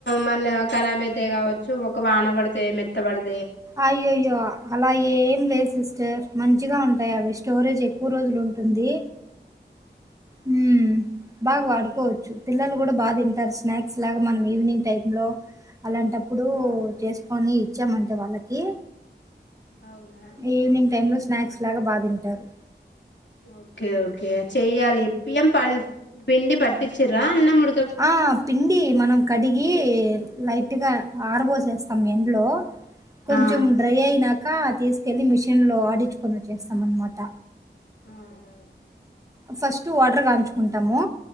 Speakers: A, on the left; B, on the right.
A: మళ్ళ ఖరాబ్ అయితేాయి కావచ్చు ఒక వాన పడితేా మెత్త పడిత
B: అయ్యోయ్యో అలా ఏం లేదు సిస్టర్ మంచి మంచిగా ఉంటాయి అవి స్టోరేజ్ ఎక్కువ రోజులు ఉంటుంది ఉమా బాగా వాడుకోవచ్చు పిల్లలు కూడా బాగా తింటారు స్నాక్స్ లాగా మనం ఈవినింగ్ టై లో అలాంటప్పుడు
A: ఆహా
B: చేసుకొని ఇచ్చామంటే వాళ్ళకి
A: అవునా
B: ఈవినింగ్ టై లో స్నాక్స్ లాగా బాగా తింటారు
A: ఓకే ఓకే చెయ్యాలి ఇప్పం పం పిండి పట్టిచరా అన్న ము
B: ఆ పిండి మనం కడిగి లైక్ ఈగ ఆరబోసే సమయంలో కొంచెం
A: ఆ
B: డ్రై అయ్యాక అక తీసుకెళ్ళి మిషిన్లో ఆడించుకొని వచ్చేస్తాం అనమాట
A: ఆహా
B: ఫస్ట్ వాటర్ కాంచుకుంటాము